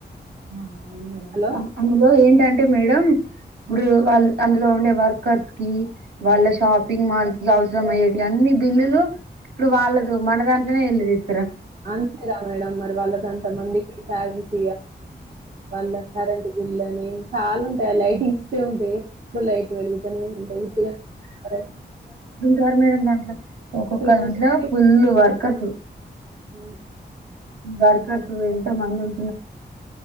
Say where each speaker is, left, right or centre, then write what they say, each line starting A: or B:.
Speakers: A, on the right (about 70°); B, on the right (about 50°).
A: అవునవును మేడం
B: హలో
A: అ అందులో ఏంటంటే మేడం ఇపుడు వాళ్ళు అందులో ఉండే వర్కర్స్ కి వాళ్ళ షాపింగ్ మాల్ కి అవసరం అయ్యేటియి అన్ని బిల్లులు ఇపుడు వాళ్ళదు మన దాంట్లానే ఎళ్ళదిస్
B: అంతే గా మేడం మరి వాళ్ళకు అంత మందికి సాలరీస్ వాళ్ళ కరెంట్ బిల్ అని చాలా ఉంటయి అ లైటింగ్స్ కే ఉంటయి ఎప్పుడు లై వెలుగుతనే ఉంటయి ఉత్తిగనే ఇస్తారా ఎవరైనా
A: తరు మేడం దాంట్లో ఒక్కొక్క దాంట్లో
B: చూసుకొని
A: ఫుల్ వర్కర్సు
B: అవును. హ్మ్.
A: వర్కర్సు
B: చాలా.
A: ఎంత మంది ఉం